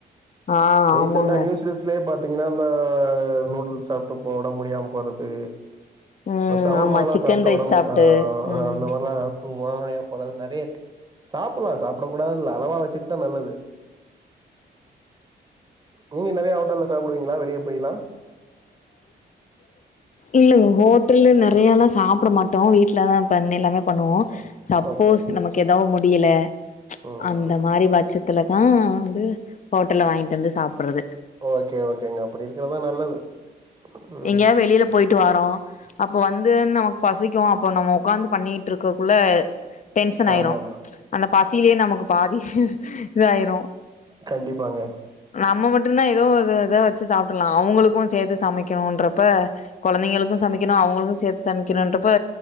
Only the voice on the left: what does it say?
ஆ
ஆமாங்க
ம்
ஆமா சிக்கன்
ரைஸ்
சாப்ட்டு
ம்
இல்லங்க ஹோட்டல்ல நெறைய எல்லா சாப்பிட மாட்டோ வீட்லதா பண்ணி எல்லாமே பண்ணுவோ சப்போஸ்
நமக்கு எதாவது முடியல
அந்த மாரி பட்சத்துல தா வந்து ஹோட்டல்ல வாங்கிட்டு வந்து சாப்பிட்றது
எங்கேயா வெளியில போயிட்டு வரோ அப்ப வந்து நமக்கு பசிக்கு அப்ப நம்ம உட்காந்து பண்ணிட்டு இருக் ககுள்ள டென்சன் ஆயிரு
அந்த பசியிலே நமக்கு பாதி இதாயிரு
நம்ம மட்டுனா எதோ ஒரு இத வச்சு சாப்ட்டுலா அவுங்களுக்கு சேத்து சமைக்கணுன்றப்ப குழந்தைங்களுக்கு சமைக்கணு அவுங்களுக்கு சேத்து சமைக்கணுன்றப்ப